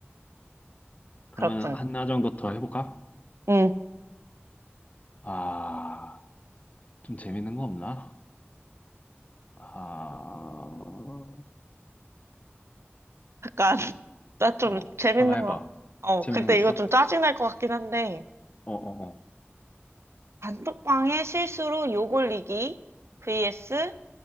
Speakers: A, on the left; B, on the right.
A: 그러면
B: 그렇군.
A: 하나 정도 더 해볼까?
B: 음.
A: 아, 좀 재밌는 거 없나? 아,
B: 약간 <laughs> 나 좀
A: 어,
B: 재밌는
A: 하나 해봐.
B: 거. 어,
A: 재밌는
B: 근데
A: 거 있어?
B: 이거 좀 짜증날 것 같긴 한데.
A: 어, 어, 어.
B: 단톡방에 실수로 욕 올리기 vs